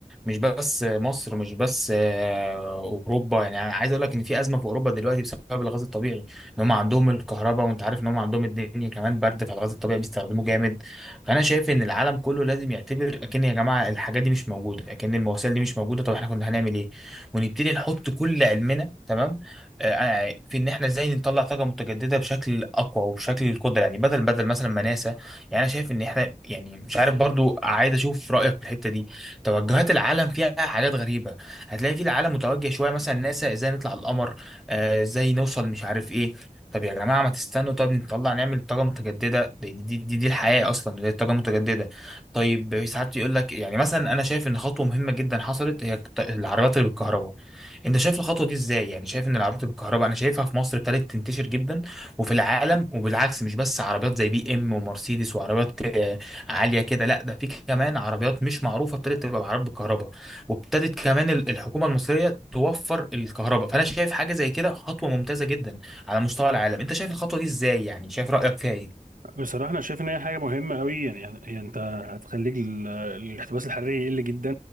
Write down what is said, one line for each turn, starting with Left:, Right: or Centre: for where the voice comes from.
Centre: مش بس مصر مش بس آه، أوروبا يعني عايز أقول لك إن في أزمة في أوروبا دلوقتي بسبب الغاز الطبيعي إن هم عندهم الكهرباء وأنت عارف إن هم عندهم الدنيا كمان برد فالغاز الطبيعي بيستخدموه جامد فأنا شايف إن العالم كله لازم يعتبر أكن يا جماعة الحاجات دي مش موجودة أكن المواسير دي مش موجودة طب إحنا كنا هنعمل إيه ونبتدي نحط كل علمنا تمام آه، في ان احنا ازاي نطلع طاقه متجدده بشكل اقوى وبشكل القدره يعني بدل بدل مثلا ما ناسا يعني انا شايف ان احنا يعني مش عارف برضو عايز اشوف رايك في الحته دي توجهات العالم فيها حاجات غريبه هتلاقي في العالم متوجه شويه مثلا ناسا ازاي نطلع القمر آه، ازاي نوصل مش عارف ايه طب يا جماعه ما تستنوا طب نطلع نعمل طاقه متجدده دي دي دي, دي الحياه اصلا دي الطاقه المتجدده طيب ساعات يقول لك يعني مثلا انا شايف ان خطوه مهمه جدا حصلت هي العربيات اللي بالكهرباء انت شايف الخطوه دي ازاي يعني شايف ان العربيات بالكهرباء انا شايفها في مصر ابتدت تنتشر جدا وفي العالم وبالعكس مش بس عربيات زي بي ام ومرسيدس وعربيات آه، عاليه كده لا ده في كمان عربيات مش معروفه ابتدت تبقى بعربيات بالكهرباء وابتدت كمان ال- الحكومه المصريه توفر الكهرباء فانا شايف حاجه زي كده خطوه ممتازه جدا على مستوى العالم انت شايف الخطوه دي ازاي يعني شايف رايك فيها ايه
Right: بصراحة أنا شايف إن هي حاجة مهمة أوي يعني يعني يعني أنت هتخليك ال- الاحتباس الحراري يقل جدا